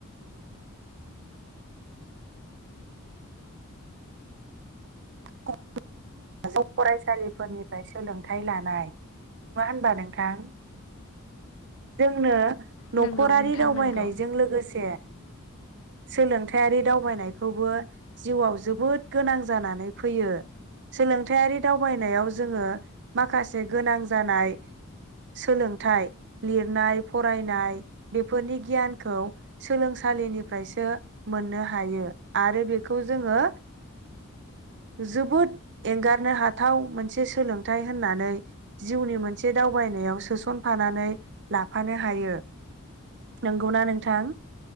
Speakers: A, on the right (about 55°); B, on the left (about 75°).
A: <unintelligible> फरायसालिफोरनिफ्राय सोलोंथाइ लानाय नङा होनबा नोंथां? जोंनो न'खरारि
B: नंगौ नोंथां
A: दावबायनायजों
B: नंगौ
A: लोगोसे सोलों हिफाइयारि दावबायनायखौबो जिउआव जोबोद गोनां जानानै फैयो। सोलोंथायारि दावबायनायाव जोङो माखासे गोनां। जानाय सोलों नाथाय लिरनाय फरायनाय बेफोरनि गियानखौ सोलोंसालिनिफ्रायसो मोननो हायो आरो बेखौ जोङो जोबोद एंगारनो हाथाव मोनसे सोलोंथाइ होननानै जिउनि मोनसे दावबायनायाव सोसनफानानै लाफानो हायो ।नंगौना नोंथां?